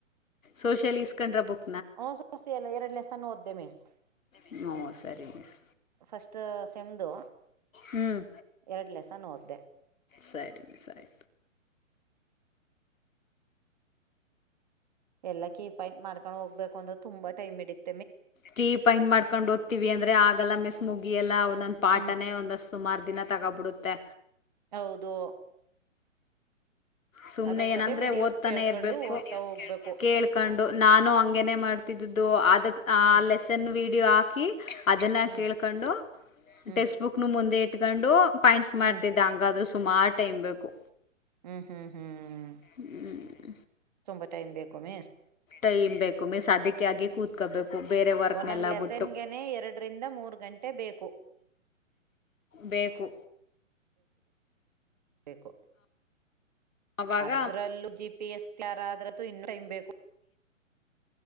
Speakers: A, on the left; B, on the right.
A: ಸೋಷಿಯಲ್ ಇಸ್ಕೊಂಡ್ರ ಬುಕ್.
B: ಹ <unintelligible> ಎಲ್ಲ ಎರಡ್ ಲೆಸೆನ್ ಓದ್ದೆ ಮಿಸ್.
A: ಹ್ಮ ಸರಿ ಮಿಸ್.
B: ಫಸ್ಟ್ ಶೆಮ್ದು
A: ಹ್ಮ್
B: ಎರಡ್ ಲೇಸನ ಒದ್ದೆ.
A: ಸರಿ ಸರಿ.
B: ಎಲ್ಲ ಕೀ ಪಾಯಿಂಟ್ ಮಾಡ್ಕೊಂಡ್ ಹೋಗ್ಬೇಕು ಅಂದ್ರೆ ತುಂಬಾ ಟೈಮ್ ಇಡಿಯುತ್ತೆ.
A: ಕೀ ಪಾಯಿಂಟ್ ಮಾಡ್ಕೊಂಡು ಓದ್ತಿವಿ ಅಂದ್ರೆ ಆಗಲ್ಲ ಮಿಸ್ ಮುಗಿಯಲ್ಲಾ ಒಂದೊಂದ್ ಪಾಟನೆ
B: ಹ್ಮ್
A: ಒಂದಷ್ಟ ಸುಮಾರ ದಿನ ತಗ ತಗೊಂಡು ಬಿಡುತ್ತೆ.
B: ಹೌದು
A: ಸುಮ್ನೆ
B: ಅದ್ರ
A: ಏನಂದ್ರೆ
B: ಜೊತೆ ವಿಡಿಯೋಸ್
A: ಓದ್ತಾನೆ
B: ಕೇಳ್ಕೊಂಡು
A: ಇರ್ಬೇಕು
B: ಓದ್ತಾ ಹೋಗ್ಬೇಕು
A: ಕೇಳ್ಕೊಂಡು ನಾನು ಹ ನೆ ಮಾಡ್ತಿದ್ದು ಅಗ್ ಆ
B: ಹ್ಮ್
A: ಲೆಸನ್ <unintelligible> <inaudible> ವೀಡಿಯೋ ಹಾಕಿ ಅದನ್ನ
B: ಹ್ಮ್
A: ಕೇಳ್ಕೊಂಡು
B: ಹ್ಮ್
A: ಟೆಸ್ಟ್ ಬುಕ್ ನ ಮುಂದೆ ಇಟ್ಕೊಂಡು ಪಾಯಿಂಟ್ಸ್ ಮಾಡ್ತಿದ್ದ
B: ಹ್ಮ್
A: ಹಂಗಾದ್ರು ಸುಮಾರು ಟೈಮ್ ಬೇಕು
B: ಹ್ಮ್- ಹ್ಮ್- ಹ್ಮ್-
A: ಹ್ಮ್
B: ತುಂಬಾ ಟೈಮ್ ಬೇಕೊ ಮಿಸ್
A: ೈ್ೇ <unintelligible> <inaudible> ಕು ಮೇ ಸಾ ಅಧ್ಯ್ಯಕ್ಕೆ ಆಗಿ ಕೂತ್ಕೋಬೇಕು ಬೇರೆ ವರ್ಕ್ನೆಲ್ಲ
B: ಒಂದೊಂದು ಲೆಸನ್ಗೆನೆ
A: ಬಿಟ್ಟು
B: ಎರಡರಿಂದ ಮೂರು ಗಂಟೆ ಬೇಕು.
A: ಬೇಕು
B: ಬು-
A: ಆವಾಗ
B: ಅದ್ರಲ್ಲೂ ಜಿ ಪಿ ಎಸ್. ಯಾರಾದ್ರ್ದು ಇನ್ನು ಟೈಮ್ ಬೇಕು.